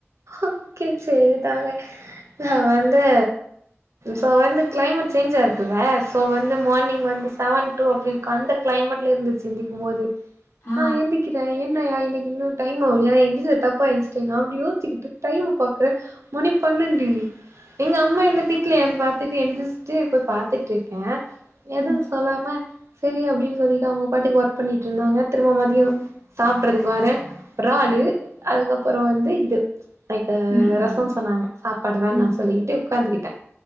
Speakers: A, on the right; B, on the left.
A: ஓகே சரி தாங்க நா வந்து சோ வந்து கிளைமேட் சேஞ்ச் ஆயிருக்குல்ல சோ வந்து மார்னிங் வந்து செவன் டூ அப்டி இருக்கு அந்த கிளைமேட்ல இருந்துச்சு எந்திரிகும் போது
B: ஆ
A: நா எந்திக்கிறே என்னயா இன்னைக்கு இன்னு டைம் ஆவலயா எந்துச்ச தப்பா எந்துச்சுட்டேனா அப்டி யோ ச்சிக்கிட்டு டைம் பாக்குற மணி பன்னெண்டு எங்க அம்மா என்ன திட்லயான்னு பாத்துட்டு எழுந்திச்ட்டு போய் பாத்துட்டு இருக்கே எதுவு
B: ம்
A: சொல்லாம செரி அப்டின்னு சொல்லிட்டு அவங்க பாட்டுக்கு ஒர்க் பண்ணிட்டு இருந்தாங்க திரும்ப மதியோ
B: ம்
A: சாப் றதுக்கு வரே இறாலு அதுக்கப்புறோ வந்து இது லைக்கு
B: ம் ம்
A: ரசோ சொன்னாங்க சாப்பாடு வேணுான்னு
B: ம்
A: சொல்லிக்கிட்டு உக்காந்துக்கிட்டே